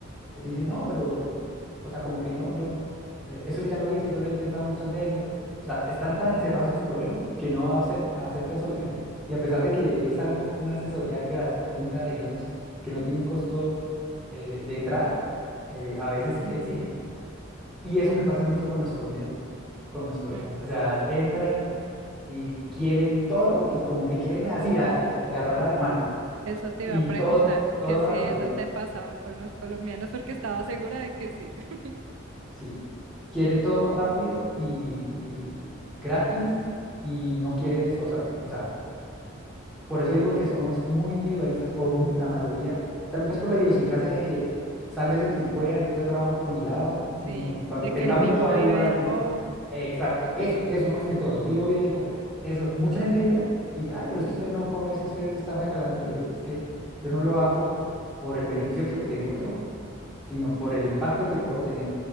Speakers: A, in the centre; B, on the right (about 80°).
A: eh, dicen, no, pero, o sea, como que no, yo no, eh, eso yo ya lo hice, yo lo he intentado muchas veces. O sea, están tan encerrados en su problema que no acep- aceptan soluciones. Y a pesar de que es algo, una asesoría gratuita, digamos, que no tiene un costo eh, de entrada, eh, a veces sí exigen. Y eso me pasa mucho con los colombianos, con los colombianos.
B: Mm.
A: O sea, entran y quieren todo y como que quieren así a- a- agarrar a la mala.
B: Eso te
A: Y
B: iba a preguntar,
A: todo, todo
B: que si
A: rápido,
B: eso te pasaba con los colombianos, porque estaba segura de que sí. <laughs>
A: sí. Quieren todo rápido y, y gratis y no quieren esforzarse. O sea, por eso digo que somos muy individualistas o mu- la mayoría, tal vez por la idiosincrasia de que sálvese quien pueda, yo trabajo por mi lado
B: Sí,
A: y cuando
B: de
A: tenga
B: que el <laughs>
A: mucho
B: vivo
A: ayuda
B: vive
A: a alguien
B: el bobo.
A: más. Exacto,
B: <laughs>
A: eso, eso más que todo, el vivo y del bobo. Eso, mucha gente entra y dice, ay, pero es que usted no cobra, es que usted está regalando. Y yo le dije, es que yo no lo hago por el beneficio que obtengo yo sino por el impacto que puedo tener